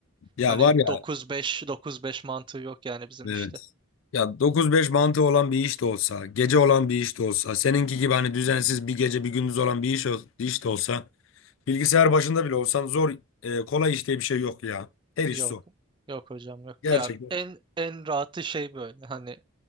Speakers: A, on the left (about 70°); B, on the right (about 20°).
A: Ya
B: Hani
A: var ya
B: 9-5, 9-5 mantığı yok yani bizim
A: evet.
B: işte.
A: Ya 9-5 mantığı olan bir iş de olsa, gece olan bir iş de olsa, seninki gibi hani düzensiz bir gece bir gündüz olan bir iş, ol- iş de olsa, bilgisayar başında bile olsan zor, e, kolay iş diye bir şey yok ya. Her iş
B: Yok.
A: zor.
B: Yok hocam yok.
A: Gerçekten.
B: Ya en en rahatı şey böyle. Hani